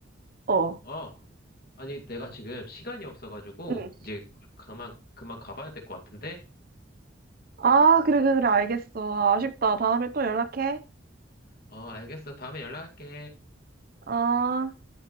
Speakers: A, on the right; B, on the left.
A: 어.
B: 우- 어, 아니, 내가 지금 시간이 없어가지고,
A: 응.
B: 이제, 그만, 그만 가봐야 될 것 같은데?
A: 아, 그래, 그래, 그래. 알겠어. 아, 아쉽다. 다음에 또 연락해.
B: 어, 알겠어. 다음에 연락할게.
A: 어.